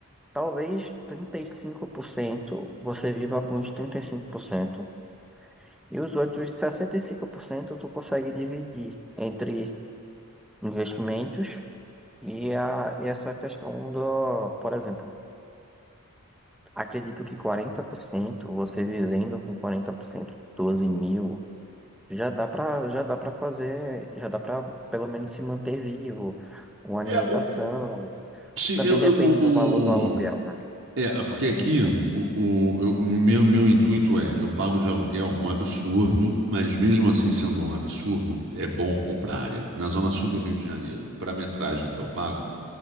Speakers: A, in the centre; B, on the right (about 60°).
A: Talvez 35% você viva com uns 35%, e cinco por cento e os outros 65% tu consegue dividir entre investimentos e, a, e essa questão do, por exemplo, acredito que 40% você vivendo com 40%, 12 mil, já dá pra, já dá pra fazer, já dá pra pelo menos se manter vivo, uma alimentação,
B: É, o, sim,
A: também
B: eu,
A: depende
B: eu- o,
A: do valor do aluguel,
B: o-
A: né?
B: é, é porque
A: Também
B: aqui o,
A: é
B: o, eu- o meu, meu intuito é, eu pago de aluguel um absurdo, mas mesmo assim sendo um absurdo, é bom para a área. Na zona sul do Rio de Janeiro, para a metragem que eu pago,